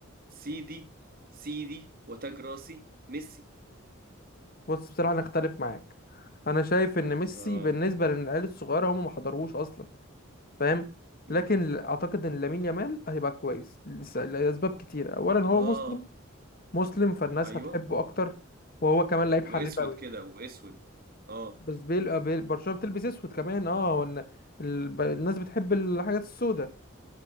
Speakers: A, on the right (about 45°); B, on the left (about 45°).
A: سيدي سيدي وتاج راسي ميسي
B: بص بصراحه انا اختلف معاك انا شايف ان ميسي
A: اه
B: بالنسبه للعيال الصغيره هم ما حضروش اصلا فاهم
A: امم
B: لكن ل- اعتقد ان لامين يامال هيبقى كويس لس- لاسباب كتيره اولا هو
A: اه
B: مسلم مسلم فالناس
A: ايوه
B: هتحبه اكتر وهو كمان
A: و-
B: لعيب حريف
A: واسود
B: قوي
A: كده واسود اه
B: بس بيل آه، بيل- برشلونة بتلبس اسود كمان اه هو إن الب- الناس بتحب الحاجات السوداء